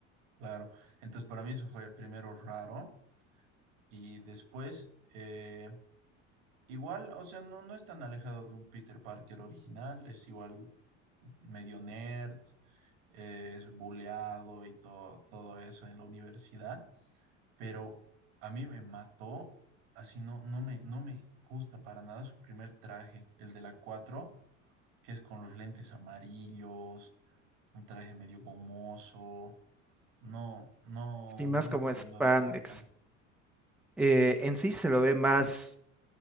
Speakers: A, on the right (about 70°); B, in the centre.
A: Claro. Entonces, para mí eso fue primero raro y después, eh, igual, o sea, no, no es tan alejado de un Peter Parker original, es igual medio nerd, eh, es buleado y todo, todo eso en la universidad. pero a mí me mató, así no, no me, no me gusta para nada su primer traje, el de la 4 que es con los lentes amarillos, un traje medio gomoso, no, no,
B: y más
A: no me
B: como
A: terminó
B: Spandex.
A: de cuadrar.
B: eh, en sí se lo ve más,